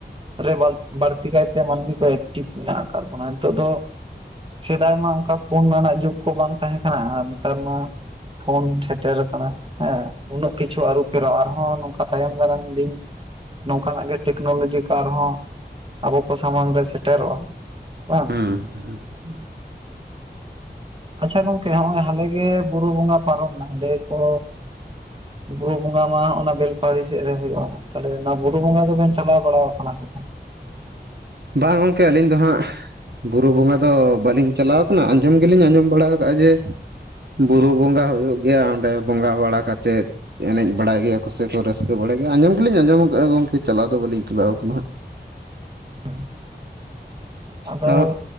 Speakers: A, on the right (about 30°); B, on the right (about 70°).
A: ᱨᱮ ᱵᱟᱹᱲᱛᱤ ᱠᱟᱭᱛᱮ ᱢᱟᱹᱱᱢᱤ ᱠᱚ ᱮᱠᱴᱤᱵᱷ ᱢᱮᱱᱟᱜ ᱟᱠᱟᱫ ᱵᱚᱱᱟ ᱱᱤᱛᱚᱜ ᱫᱚ ᱥᱮᱫᱟᱭ ᱢᱟ ᱚᱱᱠᱟ ᱯᱳᱱ ᱱᱟᱱᱟᱜ ᱡᱩᱜᱽ ᱠᱚ ᱵᱟᱝ ᱛᱟᱦᱮᱸ ᱠᱟᱱᱟ ᱟᱨ ᱱᱮᱛᱟᱨ ᱢᱟ ᱯᱷᱳᱱ ᱥᱮᱴᱮᱨ ᱟᱠᱟᱱᱟ ᱦᱮᱸ ᱩᱱᱟᱹᱜ ᱠᱤᱪᱷᱩ ᱟᱹᱨᱩ- ᱯᱷᱮᱨᱚᱜ ᱟᱨᱦᱚᱸ ᱱᱚᱝᱠᱟ ᱛᱟᱭᱚᱢ ᱫᱟᱨᱟᱢ ᱫᱤᱱ ᱱᱚᱝᱠᱟᱱᱟᱜ ᱜᱮ ᱴᱮᱠᱱᱳᱞᱚᱡᱤ ᱠᱚ ᱟᱨᱦᱚᱸ ᱟᱵᱚ ᱠᱚ ᱥᱟᱢᱟᱝ ᱨᱮ ᱥᱮᱴᱮᱨᱚᱜᱼᱟ᱾ ᱵᱟᱝ
B: ᱦᱩᱸ ᱦᱩᱸ
A: <inaudible> ᱟᱪᱪᱷᱟ ᱜᱚᱝᱠᱮ ᱦᱚᱸᱜᱼᱚᱭ ᱦᱟᱞᱮ ᱜᱮ ᱵᱩᱨᱩ ᱵᱚᱸᱜᱟ ᱯᱟᱨᱚᱢ ᱮᱱᱟ ᱞᱟᱹᱭᱟ ᱠᱚ ᱵᱩᱨᱩ ᱵᱚᱸᱜᱟ ᱢᱟ ᱦᱚᱸ ᱚᱱᱟ ᱵᱮᱞᱯᱟᱦᱟᱲᱤ ᱥᱮᱫ ᱨᱮ ᱦᱩᱭᱩᱜᱼᱟ᱾ ᱛᱟᱦᱞᱮ ᱚᱱᱟ ᱵᱩᱨᱩ ᱵᱚᱸᱜᱟ ᱫᱚᱵᱮᱱ ᱪᱟᱞᱟᱣ ᱵᱟᱲᱟᱣ ᱠᱟᱱᱟ ᱥᱮ ᱵᱟᱝ?
B: ᱵᱟᱝ ᱜᱚᱝᱠᱮ ᱟᱹᱞᱤᱧ ᱫᱚ ᱦᱟᱸᱜ ᱵᱩᱨᱩ ᱵᱚᱸᱜᱟ ᱫᱚ ᱵᱟᱹᱞᱤᱧ ᱪᱟᱞᱟᱣ ᱠᱟᱱᱟ ᱟᱸᱡᱚᱢ ᱜᱮᱞᱤᱧ ᱟᱸᱡᱚᱢ ᱵᱟᱲᱟ ᱠᱟᱜᱼᱟ ᱡᱮ ᱵᱩᱨᱩ ᱵᱚᱸᱜᱟ ᱦᱩᱭᱩᱜ ᱜᱮᱭᱟ ᱚᱸᱰᱮ ᱵᱚᱸᱜᱟ ᱵᱟᱲᱟ ᱠᱟᱛᱮᱫ ᱮᱱᱮᱡ ᱵᱟᱲᱟᱭ ᱜᱮᱭᱟ ᱠᱚ ᱥᱮ ᱠᱚ ᱨᱟᱹᱥᱠᱟᱹ ᱵᱟᱲᱟᱭ ᱜᱮᱭᱟ ᱟᱸᱚᱢ ᱜᱮᱞᱤᱧ ᱟᱸᱡᱚᱢ ᱠᱟᱜᱼᱟ ᱜᱚᱝᱠᱮ ᱪᱟᱞᱟᱣ ᱫᱚ ᱵᱟᱟᱹᱞᱤᱧ ᱪᱟᱞᱟᱣ ᱠᱟᱱᱟ ᱦᱟᱸᱜ
A: <inaudible> ᱟᱫᱚ
B: ᱦᱟᱸᱜ ᱟᱨ